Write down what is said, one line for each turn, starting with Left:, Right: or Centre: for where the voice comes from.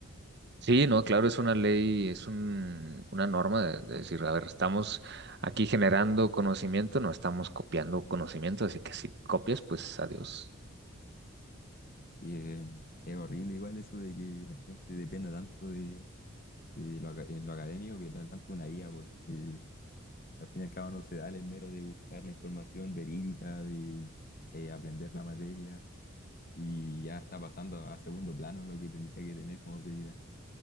Right: Sí, no, claro, es una ley, es un, una norma de, de decir, a ver, estamos aquí generando conocimiento, no estamos copiando conocimiento, así que si copias, pues adiós.
Left: Y, eh, es horrible igual eso de que la gente dependa tanto de, de lo, aca- en lo académico, que dependa tanto de una IA porque Al fin y al cabo no se da el mero de buscar la información verídica, de eh, aprender la materia y ya está pasando a segundo plano lo que tendría que tener como prioridad.